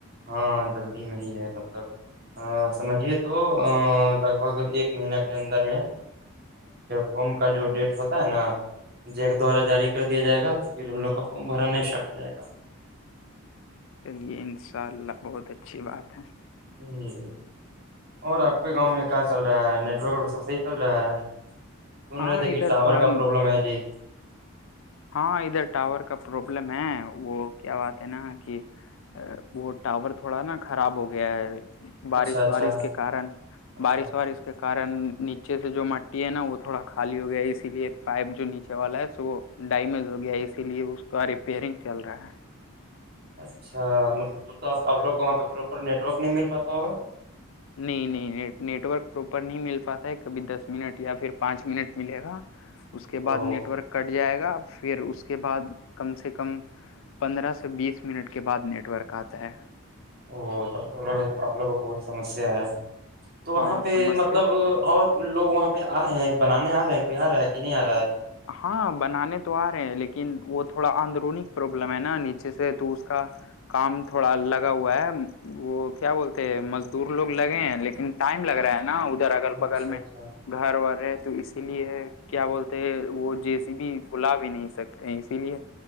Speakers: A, on the right (about 45°); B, on the left (about 65°).
A: ہاں جلدی میں ہی ہے مطلب ہ سمجھیے تو لگ بھگ ایک مہینہ کے اندر میں فم کا جو ڈیٹ ہوتا ہے نا جیک دوارا جاری کر دیا جائے گا تو پھر ہم لوگ کا فارم بھرانا اسٹارٹ ہو جائے گا
B: چلیے ان شاء اللہ بہت اچھی بات ہے
A: ہی اور آپ کے گاؤں میں کیا چل رہا ہے نیٹ ورک سب صحیح چل رہا ہے سن
B: ہاں
A: رہے تھے
B: ادھر
A: کہ ٹاور
B: تھوڑا
A: کا پروابلم ہے جی
B: ہاں ادھر ٹاور کا پروابلم ہے وہ کیا بات ہے نا کہ وہ ٹاور تھوڑا نا خراب ہو گیا ہے بارش
A: اچھا اچھا
B: وارش کے کارن
A: اچھا
B: بارش وارش کے کارن نیچے سے جو مٹی ہے نا وہ تھوڑا خالی ہو گیا ہے اسی لیے پائپ جو نیچے والا ہے س وہ ڈیمیج ہو گیا اسی لیے اس کا ریپیئرنگ چل رہا ہے
A: اچھا مطلب تو تو آپ اپ لوگ کو وہاں پہ پراپر نیٹ ورک نہیں مل پاتا ہوگا
B: نہیں نہیں نیٹورک پراپر نہیں مل پاتا ہے کبھی دس منٹ یا پھر پانچ منٹ ملے گا اس کے
A: او
B: بعد نیٹ ورک کٹ جائے گا پھر اس کے بعد کم سے کم پندرہ سے بیس منٹ کے بعد نیٹ ورک آتا ہے
A: ا تب تو آ لوگ کا بہت سمسیا ہے تو وہاں
B: ہاں
A: پہ
B: سمسیا
A: مطلب اور لوگ وہاں پہ آ رہے ہیں بنانے آ رہے ہیں کوئی آ رہا ہے کہ نہیں آ رہا ہے
B: ہاں بنانے تو آ رہے ہیں لیکن وہ تھوڑا اندرونی پروابلم ہے نا نیچے سے تو اس کا کام تھوڑا لگا ہوا ہے وہ کیا بولتے ہیں مزدور لوگ لگے ہیں لیکن ٹائم لگ رہا ہے نا ادھر اگل بگل
A: اچھا اچھا
B: میں گھر و رہے تو اسی لیے کیا بولتے وہ جیسی بھی بلا بھی نہیں سکتے ہیں اسی لیے